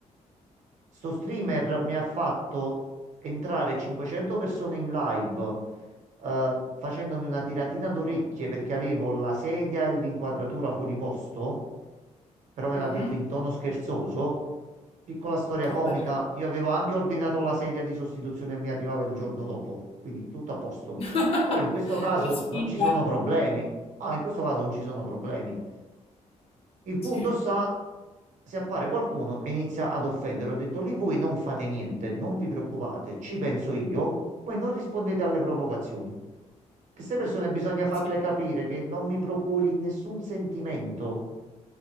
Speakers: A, on the right (about 80°); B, on the left (about 50°).
A: Sto streamer mi ha fatto entrare 500 persone in live, eh, facendomi una tiratina d'orecchie perché avevo la sedia e l'inquadratura fuori posto, però me
B: Mhm.
A: l'ha detto in tono scherzoso. Piccola storia
B: Vabbè,
A: comica,
B: certo.
A: io avevo anche ordinato la sedia di sostituzione e mi arrivava il giorno dopo, quindi tutto a posto.
B: <laughs>
A: Però in questo caso
B: La sfiga.
A: non ci sono problemi. Ah, in questo caso non ci sono problemi. Il punto
B: Sì,
A: sta, se appare qualcuno e inizia ad offendere, ho detto lì voi non fate niente, non vi preoccupate, ci penso io, voi non rispondete alle provocazioni. Che queste persone bisogna farle
B: sì,
A: capire che non mi procuri nessun sentimento.